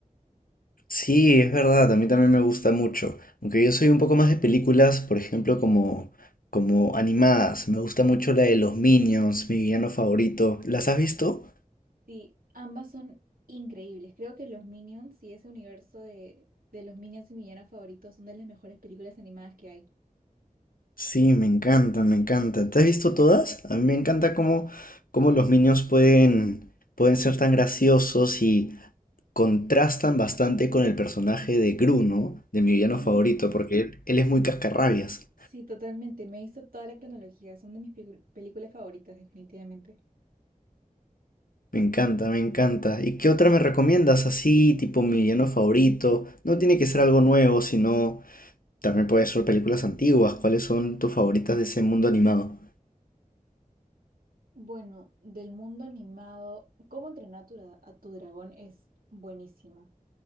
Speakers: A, on the left; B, on the right.
A: Sí, es verdad, a mí también me gusta mucho. Aunque yo soy un poco más de películas, por ejemplo, como, como animadas. Me gusta mucho la de los Minions, mi villano favorito. ¿Las has visto?
B: Sí, ambas son increíbles. Creo que los Minions y ese universo de, de los Minions y mi villano favorito son de las mejores películas animadas que hay.
A: Sí, me encantan, me encantan. ¿Te has visto todas? A mí me encanta cómo, cómo los Minions pueden, pueden ser tan graciosos y contrastan bastante con el personaje de Bruno, de mi villano
B: Sí,
A: favorito, porque él, él es muy cascarrabias.
B: sí, totalmente. Me hizo toda la cronología. Son de mis picu- películas favoritas, definitivamente.
A: Me encanta, me encanta. ¿Y qué otra me recomiendas así, tipo mi villano favorito? No tiene que ser algo nuevo, sino también puede ser películas antiguas. ¿Cuáles son tus favoritas de ese mundo animado?
B: Bueno, del mundo animado, ¿Cómo entrenar a tu, dra- a tu dragón? Es buenísima.